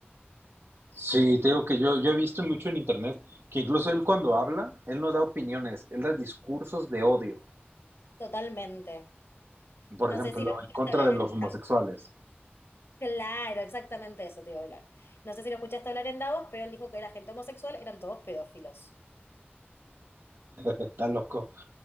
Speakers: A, on the right (about 65°); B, on the left (about 75°).
A: Sí, te digo que yo, yo he visto mucho en internet que incluso él cuando habla, él no da opiniones, él da discursos de odio.
B: totalmente.
A: Por
B: No
A: ejemplo,
B: sé si lo quieres
A: en contra
B: hablar
A: de los
B: en
A: homosexuales.
B: Claro, exactamente eso te iba a hablar. No sé si lo escuchaste hablar en Davos, pero él dijo que la gente homosexual eran todos pedófilos.
A: Está loco.